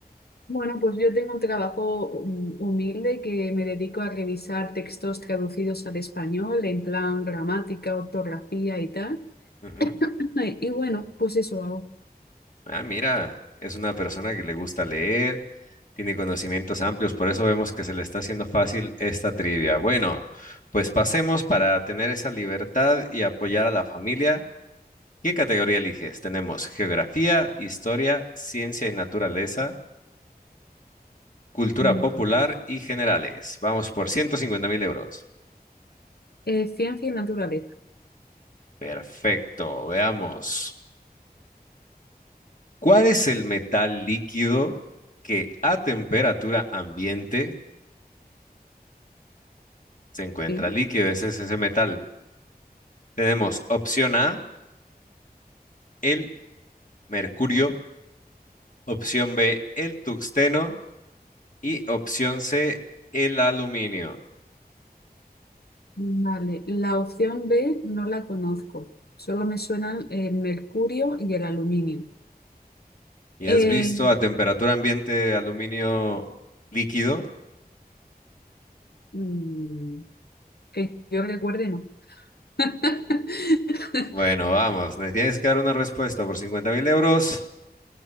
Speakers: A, on the left (about 75°); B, on the left (about 55°).
A: Bueno, pues yo tengo un trabajo hum- humilde que me dedico a revisar textos traducidos al español en plan gramática, ortografía y tal.
B: Ujú.
A: <laughs> Y bueno, pues eso hago.
B: Ah, mira, es una persona que le gusta leer, tiene conocimientos amplios, por eso vemos que se le está haciendo fácil esta trivia. Bueno, pues pasemos para tener esa libertad y apoyar a la familia. ¿Qué categoría eliges? Tenemos geografía, historia, ciencia y naturaleza, Cultura
A: Mm.
B: popular y generales. Vamos por 150 mil euros.
A: Eh, ciencia y naturaleza,
B: Perfecto, veamos. ¿Cuál es el metal líquido que a temperatura ambiente se encuentra
A: ¿sí?
B: líquido? Ese es ese metal. Tenemos opción A, el mercurio, opción B, el tuxteno y opción C, el aluminio.
A: Vale, la opción B no la conozco. Solo me suenan el mercurio y el aluminio.
B: ¿Y
A: Eh,
B: has visto a temperatura ambiente aluminio líquido?
A: mm, que yo recuerde, no. <laughs>
B: Bueno, vamos, me tienes que dar una respuesta por 50 mil euros.